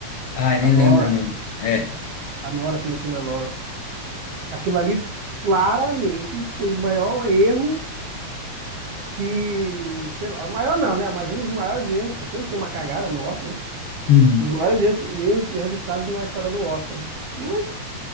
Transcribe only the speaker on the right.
A Nora.
A Nora, pelo filme A Nora. Aquilo ali, claramente, foi o maior erro que, sei lá, maior não, né? Mas um dos maiores erros, que sempre tem uma cagada no Oscar, né?
Um dos maiores erros, erros registrados na história do Oscar, né? Mas